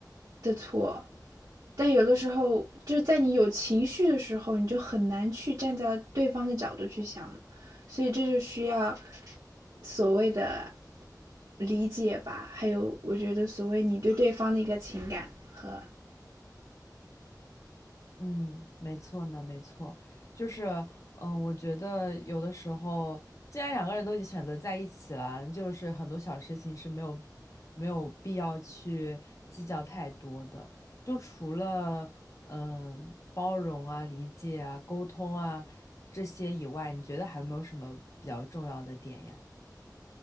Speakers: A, on the right; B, on the left.
A: 的错，但有的时候就是在你有情绪的时候，你就很难去站在对方的角度去想嘛所以这就需要所谓的理解吧，还有我觉得所谓你对对方的一个情感和
B: 嗯，没错呢，没错，就是，嗯，我觉得有的时候，既然两个人都已经选择在一起了，就是很多小事情是没有没有必要去计较太多的。就除了嗯包容啊、理解啊、沟通啊这些以外，你觉得还有没有什么比较重要的点呀？